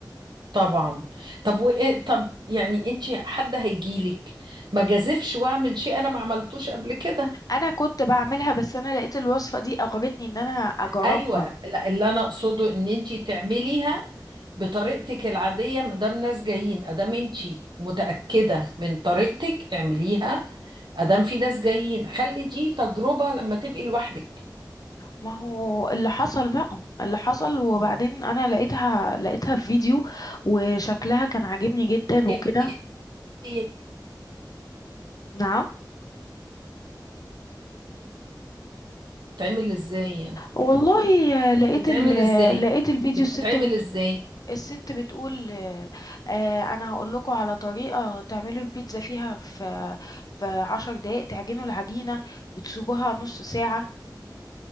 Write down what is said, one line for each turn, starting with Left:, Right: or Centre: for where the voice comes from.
Right: طبعا طب وايه طب يعني انت حد هيجيلك ما جازفش واعمل شيء انا ما عملتوش قبل كده
Left: انا كنت بعملها بس انا لقيت الوصفة دي اغرتني ان انا اجربها
Right: ايوه لا اللي انا اقصده ان انت تعمليها بطريقتك العادية ما دام ناس جايين ادام انت متأكدة من طريقتك اعمليها ادام في ناس جايين خلي دي تجربة لما تبقي لوحدك
Left: ما هو اللي حصل بقى اللي حصل وبعدين
Right: مم.
Left: انا لقيتها لقيتها في فيديو وشكلها كان عاجبني جدا
Right: ايه
Left: وكده
Right: إيه
Left: نعم
Right: بتتعمل ازاي يعني
Left: والله آه، لقيت
Right: بتتعمل
Left: ال... آه،
Right: ازاي
Left: لقيت الفيديو
Right: بتتعمل
Left: الست
Right: ازاي
Left: الست بتقول آه، آه، انا هقول لكم على طريقه تعملوا البيتزا فيها في في عشر دقايق تعجنوا العجينه وتسيبوها نص ساعه